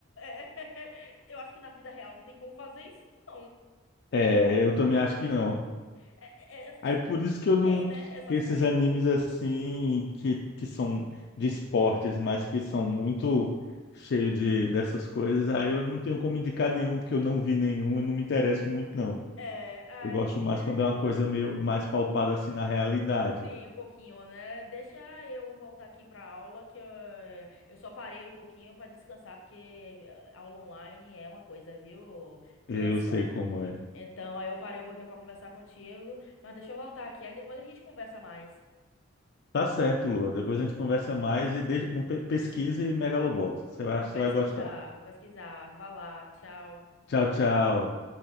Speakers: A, on the left; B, on the left.
A: <laughs> Eu acho que na vida real não tem como fazer isso. não.
B: É, eu também acho que não.
A: É- é-
B: Aí
A: é-
B: por isso
A: é-
B: que
A: não
B: eu
A: tem,
B: não,
A: né? Essas
B: que esses
A: coisas.
B: animes assim, que, que são de esportes, mas que são muito cheios de, dessas coisas, aí eu não tenho como indicar nenhum, porque eu não vi nenhum, eu não me interesso muito, não.
A: É, ai,
B: Eu gosto mais
A: é,
B: quando é uma coisa meio mais palpada assim na realidade.
A: sim, um pouquinho, né? Deixa eu voltar aqui pra aula, que eu, eu só parei um pouquinho pra descansar, porque eh, aula online é uma coisa, viu? Cansa.
B: Eu sei como é.
A: Então, aí eu parei um pouquinho pra conversar contigo, mas deixa eu voltar aqui, aí depois a gente conversa mais.
B: Tá certo, Lua. Depois a gente conversa mais e deixa, não pe- pesquise Megalobox. Você vai,
A: Vou
B: você
A: pesquisar,
B: vai gostar.
A: vou pesquisar. Vá lá, tchau.
B: Tchau, tchau.